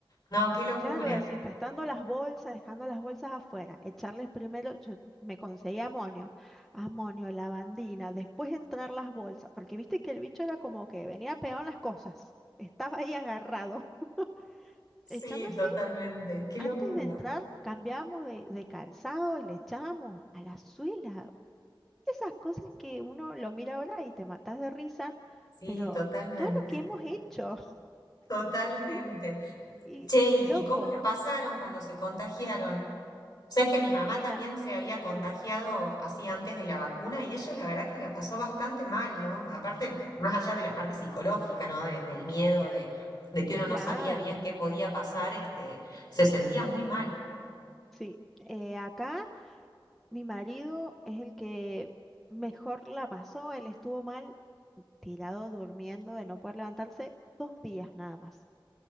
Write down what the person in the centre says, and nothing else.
Claro, desinfectando las bolsas, dejando las bolsas afuera, echarles primero, yo me conseguí amonio, amonio, lavandina, después entrar las bolsas, porque viste que el bicho era como que venía pegado en las cosas, estaba ahí agarrado. <laughs>
Echando así,
antes
de entrar, cambiamos de, de calzado y le echamos a la suela. Esas cosas que uno lo mira ahora y te matas de risa,
pero
todo lo que hemos hecho,
<laughs> y
loco,
mira,
sí,
claro.
Sí, eh, acá mi marido es el que mejor la pasó. Él estuvo mal tirado durmiendo de no poder levantarse dos días nada más.